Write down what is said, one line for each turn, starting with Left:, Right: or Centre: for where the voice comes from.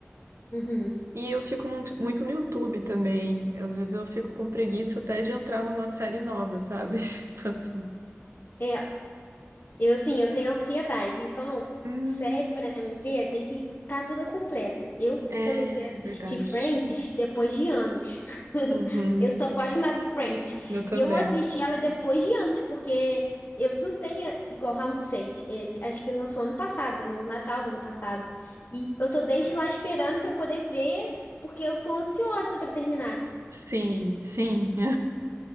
Left: uhum.
Right: E eu fico muito, muito no YouTube também. Às vezes eu fico com preguiça até de entrar numa série nova, sabe? <laughs> Tipo assim.
Left: É, Eu, assim, eu tenho ansiedade, então,
Right: Hum,
Left: série pra mim ver, tem que tá tudo completo. Eu
Right: é
Left: comecei a assistir
Right: verdade.
Left: Friends depois de anos. <laughs>
Right: Uhum,
Left: Eu sou apaixonada de Friends.
Right: eu também.
Left: E eu assisti ela depois de anos, porque eu não tenho igual Round 6. Ele- acho que lançou ano passado, no Natal do ano passado. E eu tô desde lá esperando pra poder ver, porque eu tô ansiosa pra terminar.
Right: Sim, sim. <laughs>